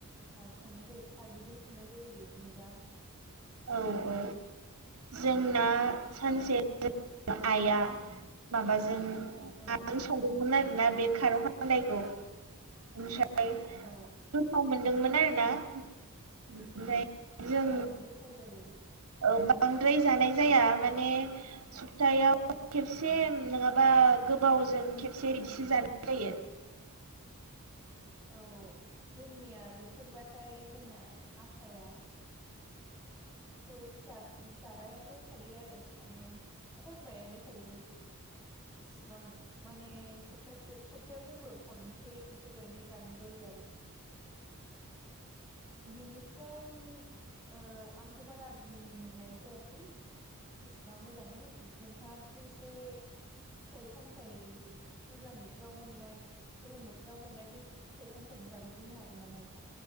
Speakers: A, in the centre; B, on the right (about 75°).
A: माजों संनाय जायो खारदैजों संनाय जायो बायदि मोनदां आङो।
B: औ औ जोंना, सानसे आइआ माबाजों
A: औ
B: नाजों संदोंमोन आरोना बे खार' खान खान्दायखौ ओमफ्राय
A: औ।
B: गोथाव मोनदोंमोन आरो ना आमफाय जों
A: औ गोथाव जायो
B: औ बांद्राय जानाय जाया माने थायाव खेबसे नङाबा गोबावजों खेबसे इदिसो जानाय जायो।
A: औ, जोंनिया बोथोरबाथाय जोंना आफाया बिखौ जाब-जाबायानो थायो आरो माने खनबायानो थायो। इसिबां माने सप्तासे सप्तायाव जोंबो खनसे इफोरबायदि जानाय जायो आरो। बिनिफ्राय ओ आंथ' बारा बुं नाय जायासै एसेबां मोजाङै नोंथाङाबो एसे फिथाइ सामथाय दैज्लां बोथोराव मोननाय गोलोम बोथोराव मोननाय बे फिथाइ सामथाइनि बागै बुंनो हागोन नामा नोंथां?